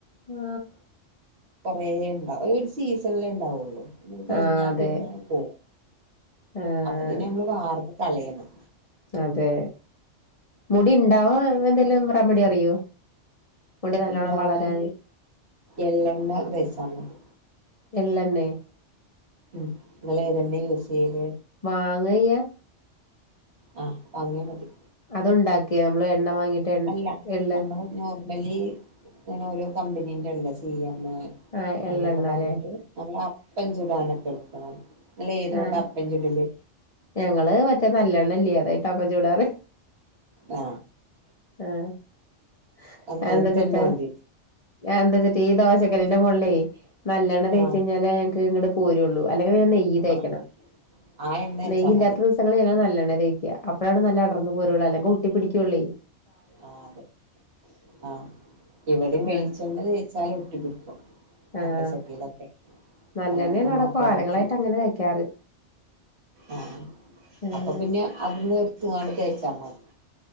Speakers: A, on the left (about 35°); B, on the right (about 60°).
A: ആ
B: കൊറെ എണ്ടാവും ഒരു സീസണിലേ എണ്ടാവുള്ളു പിന്നത് കഴിഞ്ഞാ
A: ആഹ് അതെ
B: പിന്നെ പോവും
A: ആഹ്
B: അപ്പ പിന്നെ നമ്മള് വാർന്ന് കളയണം
A: അതെ മുടി ഇണ്ടാവും എന്തെലും റെമഡി അറിയോ മുടി നല്ലോണ്ണം
B: ഇണ്ടവാന്
A: വളരാന്
B: എള്ളെണ്ണ തേച്ചാ മതി
A: എള്ളണ്ണേ
B: ഉം ഇങ്ങളേതെണ്ണേ യൂസ് ചെയ്യല്
A: വാങ്ങയ്യ
B: ആ ബാങ്ങിയ മതി
A: അതുണ്ടാക്കിയ നമ്മള് എണ്ണ വാങ്ങീട്ട് എ
B: അല്ല
A: എള്ള്
B: നമ്മള് നോ ർമലി ഇങ്ങനെ ഓരോ കമ്പനീന്റെ ആണല്ല ചെയ്യാ പിന്നെ
A: ആഹ്
B: അങ്ങനൊക്കെ
A: എള്ളെണ്ണ
B: പറഞ്ഞിട്ട്
A: അല്ലേ
B: നല്ല അപ്പം ചുടാനൊക്കെ എടുക്കണം ഇങ്ങള് ഏതോണ്ടാ
A: ആ
B: അപ്പം ചുടല്
A: ഞങ്ങള് മറ്റേ നല്ലണ്ണല്ലേ അതായിട്ടാ ഇപ്പൊ ചൂടാറ്
B: ആ
A: ആ
B: അങ്ങനത്തെ
A: എന്ത്‌ വച്ചിട്ടാ
B: എണ്ണ മതി
A: എന്താച്ചിട് ഈ ദോശക്കല്ലിന്റെ മോളിലേ നല്ലെണ്ണ തേച്ച്
B: ആഹ്
A: കഴിഞ്ഞാലെ ഞങ്ങക്ക് ഇങ്ങട് പോരുള്ളൂ അല്ലെങ്കിൽ പിന്നെ നെയ്യ് തേക്കണം
B: ആഹ് ആ എണ്ണ തേച്ചാ
A: നെയ്യ് ഇല്ലാത്ത
B: മതി
A: ദിവസങ്ങളി ഞങ്ങള് നല്ല ണ്ണ തേക്ക അപ്പോഴാണ് നല്ല അടർന്ന് പോരുള്ള അല്ലെങ്കി ഒട്ടി പിടിക്കുള്ളേ
B: ആ അതെ ആ ഇവിടേം വെളിച്ചെണ്ണ
A: ആഹ്
B: തേച്ചാല് ഒട്ടി പിടിക്കും
A: ആഹ്
B: അപ്പച്ചട്ടിലൊക്കെ
A: നല്ലെണ്ണയാണ്
B: നല്ലണ്ണ
A: അവിടെ
B: മാത്രമേ
A: കാലങ്ങളായിട്ട്
B: പറ്റുള്ളൂ
A: അങ്ങനെ തേക്കാറ്
B: ആ
A: ആഹ്
B: അപ്പൊ പിന്നെ അതിന്ന് എടുത്തിങ്ങാണ്ട് തേച്ചാ മതി